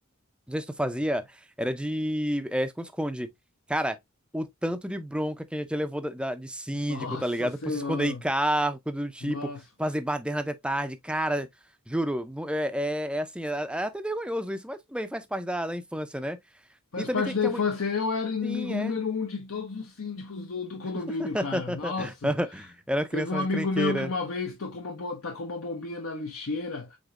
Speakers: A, in the centre; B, on the left.
A: não sei se tu fazia, era de é, esconde-esconde. Cara, o tanto de bronca que a gente levou da, da- de síndico,
B: Nossa
A: tá ligado?
B: Senhora,
A: Por se esconder em carro, coisa do tipo,
B: nossa.
A: fazer baderna até tarde, cara. Juro, nu- é, é, é assim, é, é até vergonhoso isso, mas tudo bem, faz parte da, da infância, né?
B: Faz
A: E também
B: parte
A: tem-
B: da
A: tinha
B: infância.
A: muito.
B: Eu era inimigo
A: Sim, é.
B: número um de todos os síndicos do, do condomínio,
A: <laughs>
B: cara. Nossa,
A: Era uma criança
B: teve um
A: mais
B: amigo
A: encrenqueira.
B: meu que uma vez tocou uma, bo- tacou uma bombinha na lixeira,